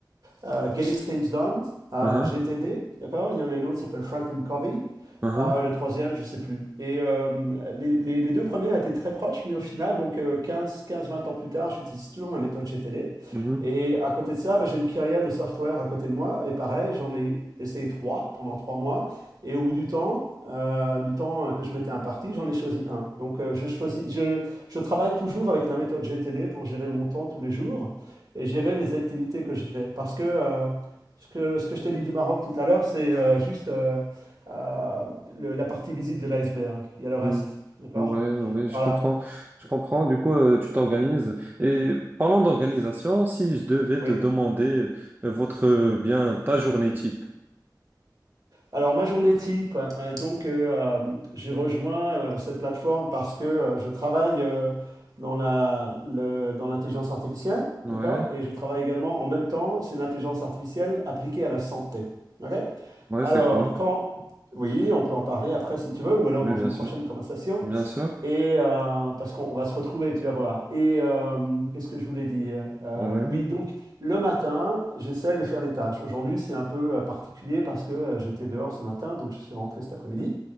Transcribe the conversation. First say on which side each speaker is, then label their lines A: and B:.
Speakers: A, on the right (about 60°); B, on the right (about 25°).
A: euh, Getting Things Done, euh,
B: Mhm.
A: GTD, d'accord? Il y en a une autre qui s'appelle Franklin Covey.
B: Mhm.
A: Euh, le troisième, je ne sais plus. Et euh, les, les- les deux premiers étaient très proches, mais au final, donc euh, quinze, quinze, vingt ans plus tard, j'utilise toujours la méthode GTD.
B: Mhm.
A: Et à côté de ça, bah, j'ai une kyrielle de software à côté de moi. Et pareil, j'en ai essayé trois pendant trois mois. Et au bout du temps, euh, du temps que je m'étais imparti, j'en ai choisi un. Donc euh, je, choisis, je, je travaille toujours avec la méthode GTD pour gérer mon temps tous les jours et gérer les activités que j'ai. Parce que, euh, ce que ce que je t'ai dit du Maroc tout à l'heure, c'est euh, juste euh, euh, le- la partie visite de l'iceberg. Il y a le reste,
B: Mhm.
A: d'accord?
B: Ouais, ouais, je
A: Voilà,
B: comprends. Je comprends. Du coup, euh, tu t'organises. Et parlant d'organisation, si je devais
A: oui.
B: te demander euh, votre, euh, bien, ta journée type.
A: Alors, ma journée type, euh, donc euh, euh, j'ai rejoint euh, cette plateforme parce que euh, je travaille euh, dans la, le- dans l'intelligence artificielle,
B: Ouais,
A: d'accord? Et je travaille également en même temps, c'est l'intelligence artificielle appliquée à la santé. ok
B: ouais,
A: Alors,
B: c'est cool.
A: quand... Oui, on peut en parler après si tu veux, ou alors
B: Oui,
A: dans
B: bien
A: une
B: sûr.
A: prochaine conversation.
B: Bien sûr,
A: Et euh, parce qu'on va se retrouver, tu vas voir. Et euh, qu'est-ce que je voulais dire? Euh,
B: oui,
A: oui, donc le matin, j'essaie de faire des tâches. Aujourd'hui, c'est un peu euh, particulier parce que euh, j'étais dehors ce matin, donc je suis rentré cet après-midi.